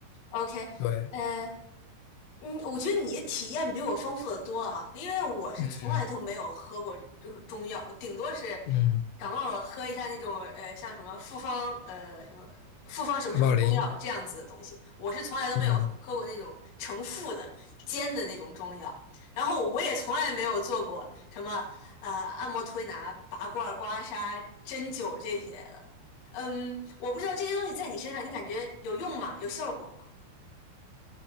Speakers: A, on the left (about 50°); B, on the left (about 85°).
A: ，OK，
B: 对，
A: 呃，嗯，我觉得你的体验比我丰富的多啊，因为我是从来都没有喝过就是中药，
B: 嗯
A: 顶多是
B: 嗯，
A: 感冒了喝一下那种呃像什么复方呃什么复方什么什么中药这样子的东西，
B: 感冒灵，
A: 我是从来都没有喝过那种成副的煎的那种中药，
B: 嗯。
A: 然后我也从来没有做过什么呃按摩推拿、拔罐、刮痧、针灸这些的，嗯，我不知道这些东西在你身上你感觉有用吗？有效果吗？